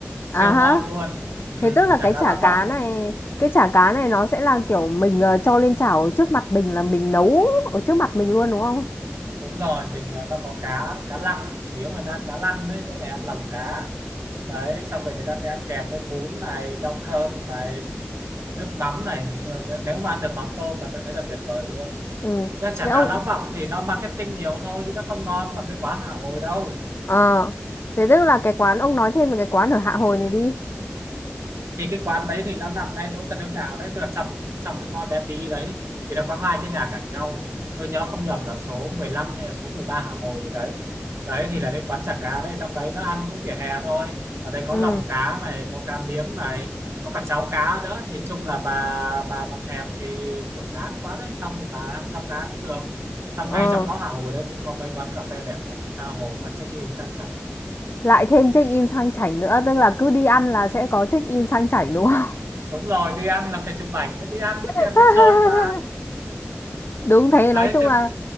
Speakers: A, on the right; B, on the left.
A: siêu
B: à ha
A: ngon luôn ừ,
B: thế tức là
A: chả
B: cái
A: cá
B: chả
A: lã
B: cá
A: vọng
B: này cái chả cá này nó sẽ là kiểu mình ờ, cho lên chảo ở trước mặt mình là mình nấu ở trước mặt mình luôn đúng không
A: đúng rồi mình à, nó có cá cá lăng chủ yếu người ta ăn cá lăng ấy, với lại ăn lòng cá đấy xong rồi người ta sẽ ăn kèm với bún này rau thơm này nước mắm này nhưng mà nếu mà ăn được mắm tôm là tôi thấy là tuyệt vời luôn
B: ừ
A: Ra chả
B: thế ông
A: cá lã vọng thì nó marketing nhiều thôi chứ nó không ngon bằng cái quán Hạ Hồi đâu
B: ờ thế tức là cái quán ông nói thêm về cái quán ở Hạ Hồi này đi
A: thì cái quán đấy thì nó nằm ngay chỗ Trần Hưng Đạo đấy tức là trong trong cái ngõ bé tí đấy thì nó có hai cái nhà cạnh nhau tôi nhớ không nhầm là số 15 hay là số 13 Hạ Hồi gì đấy đấy thì là cái quán chả cá đấy trong đấy nó ăn cũng vỉa hè thôi ở đây có
B: ừ
A: lòng cá này có cá miếng này có cả cháo cá nữa nhìn chung là bà bà bà thèm thì kiểu ngán quá đấy xong thì bà ăn cháo cá cũng được xong
B: ờ
A: ngay trong ngõ Hạ Hồi đấy cũng có mấy quán cà phê đẹp lắm Hạ Hồi mà check in sang chảnh
B: lại thêm check in sang chảnh nữa tức là cứ đi ăn là sẽ có check in sang chảnh đúng không
A: đúng rồi đi ăn là phải chụp ảnh đi ăn mới
B: <laughs>
A: kèm đi chơi mà
B: đúng thế
A: đấy
B: nói chung
A: thế
B: là